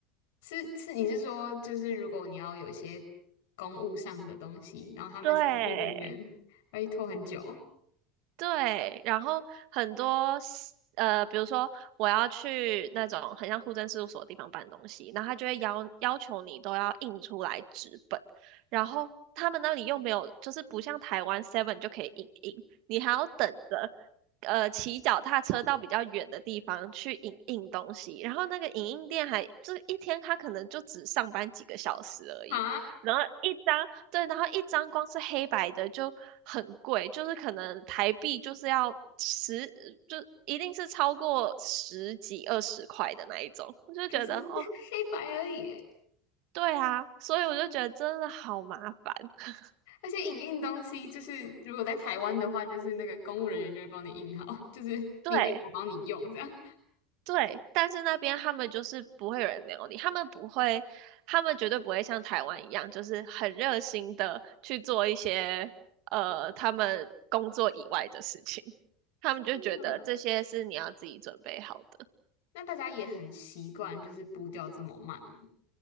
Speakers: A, on the left (about 70°); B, on the right (about 60°).
A: 是是，你是说就是如果你要有一些公务上的东西，然后他们的行政人员会拖很久
B: 对，对，然后很多 s- 呃，比如说我要去那种很像户政事务所的地方办东西，然后他就会要要求你都要印出来纸本，然后他们那里又没有，就是不像台湾 Seven 就可以印印，你还要等着呃骑脚踏车到比较远的地方去影印东西，然后那个影印店还就是一天他可能就只上班几个小时而已，
A: 啊？
B: 然后一张。对，然后一张光是黑白的就很贵，就是可能台币就是要十，就一定是超过十几二十块的那一种。我就觉得哦，
A: 可是 <laughs> 黑白而已耶
B: 对啊，所以我就觉得真的好麻烦。<laughs>
A: 而且影印东西就是如果在台湾的话，就是那个公务人员就会帮你印好，就是你来我帮你用这样。
B: 对对，但是那边他们就是不会有人聊你，他们不会，他们绝对不会像台湾一样，就是很热心的去做一些呃他们工作以外的事情。他们就觉得这些是你要自己准备好的。
A: 嗯，那大家也很习惯就是步调这么慢吗